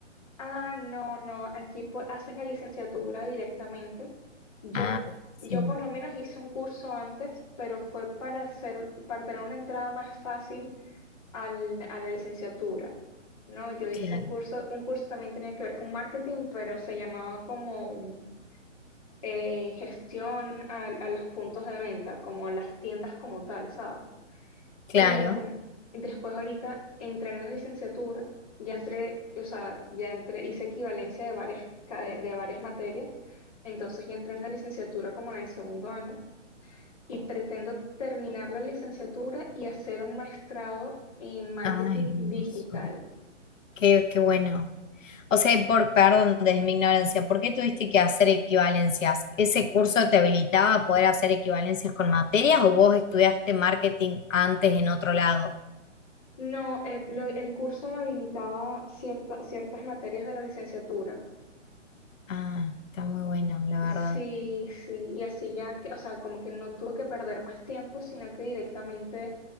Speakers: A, on the left (about 30°); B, on the left (about 85°).
A: Ah, no, no, aquí pu- haces la licenciatura directamente. Yo,
B: Ah, buenísimo,
A: yo por lo menos hice un curso antes, pero fue para hacer, para tener una entrada más fácil al- a la licenciatura. No, yo hice
B: claro,
A: un curso, un curso también tenía que ver con marketing, pero se llamaba como eh, gestión al- a, los puntos de venta, como las tiendas como tal, ¿sabes?
B: claro.
A: Y mm, después ahorita entré en la licenciatura, ya entré, o sea, ya entré, hice equivalencia de varias, cade- de varias materias, entonces ya entré en la licenciatura como en el segundo año y pretendo terminar la licenciatura y hacer un maestrado en marketing
B: Ah, hermoso.
A: digital.
B: Qué, qué bueno. O sea, y por, perdón, desde mi ignorancia, ¿por qué tuviste que hacer equivalencias? ¿Ese curso te habilitaba a poder hacer equivalencias con materias o vos estudiaste marketing antes en otro lado?
A: No, eh, lo- el curso me habilitaba cierta- ciertas materias de la licenciatura
B: Ah, está muy bueno, la verdad.
A: Sí, sí, y así ya, que, o sea, como que no tuve que perder más tiempo, sino que directamente